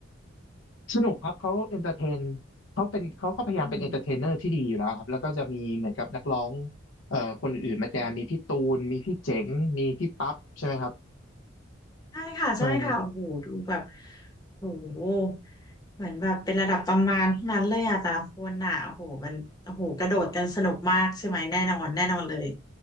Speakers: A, on the left; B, on the left.
A: สนุกครับเขาเอนเตอร์เทนเขาเป็นเขาก็พยายามเป็นเอนเตอร์เทนเนอร์ที่ดีอยู่แล้วครับแล้วก็จะมีเหมือนกับนักร้อง
B: อืม
A: เอ่อคนอื่นมาแจมมีพี่ตูนมีพี่เจ๋งมีพี่ปั๊บใช่ไหมครับ
B: ค่ะใช่ค่ะใช่ค่ะโอ้โหดูแบบ
A: เออ
B: โอ้โหเหมือนแบบเป็นระดับตำนานทั้งนั้นเลยอะแต่ละคนอะโอ้โหมันโอ้โหกระโดดกันสนุกมากใช่ไหมแน่นอนแน่นอนเลย